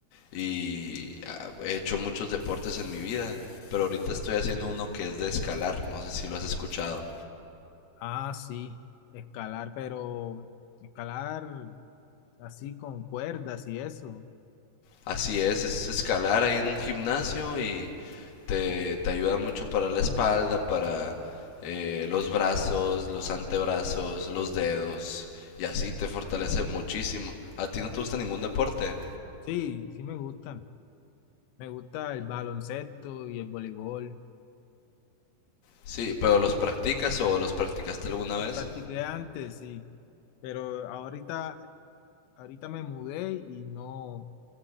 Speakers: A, on the left; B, on the left.
A: y ah, he hecho muchos deportes en mi vida, pero ahorita estoy haciendo uno que es de escalar, no sé si lo has escuchado.
B: Ah, sí, escalar, pero escalar así con cuerdas y eso.
A: Así es, es escalar ahí en un gimnasio y te, te ayuda mucho para la espalda, para eh, los brazos, los antebrazos, los dedos, y así te fortalece
B: Ah,
A: muchísimo. ¿A ti no te gusta ningún deporte?
B: Sí, sí me gustan. Me gusta el baloncesto y el voleibol.
A: Sí, pero ¿los practicas o los practicaste alguna
B: Lo
A: vez?
B: practiqué antes, sí, pero ahorita, ahorita me mudé y no,